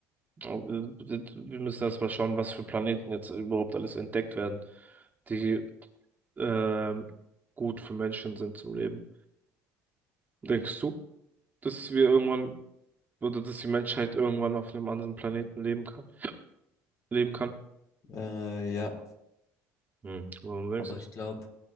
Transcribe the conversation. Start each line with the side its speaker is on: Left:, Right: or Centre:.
Right: Aber Wir wir müssen erst mal schauen, was für Planeten jetzt überhaupt alles entdeckt werden, die ähm, gut für Menschen sind zum Leben. Denkst du, dass wir irgendwann oder dass die Menschheit irgendwann auf einem anderen Planeten leben kann? Leben kann?
Left: Äh, ja.
Right: Hm. Warum denkst
Left: Aber
Right: du das?
Left: ich glaube,